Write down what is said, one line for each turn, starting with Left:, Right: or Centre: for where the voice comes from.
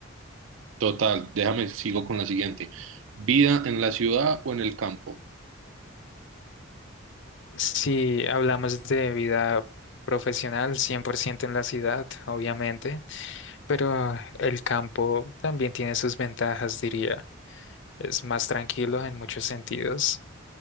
Right: Total, déjame, sigo con la siguiente. ¿Vida en la ciudad o en el campo?
Left: Si hablamos de vida profesional, 100% en la ciudad, obviamente, pero el campo también tiene sus ventajas, diría. Es más tranquilo en muchos sentidos,